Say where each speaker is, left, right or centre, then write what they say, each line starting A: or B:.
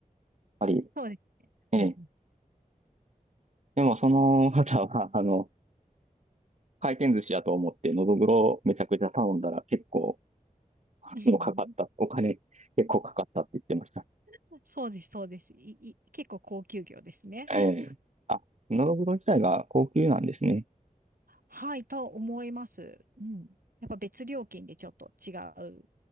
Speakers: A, on the right; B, on the right.
A: ぱり、
B: そうですね。
A: ええ。
B: うんうん、
A: でもその方は、あの、回転寿司やと思って、のどぐろをめちゃくちゃ頼んだら結構、あの、
B: うんうん
A: かかった。お金結構かかったって言ってました。
B: <laughs> そうです、そうです。い、い、結構高級魚ですね。
A: ええ。
B: <laughs>
A: あ、のどぐろ自体が高級なんですね。
B: はい、と思います。うん。やっぱ別料金でちょっと違う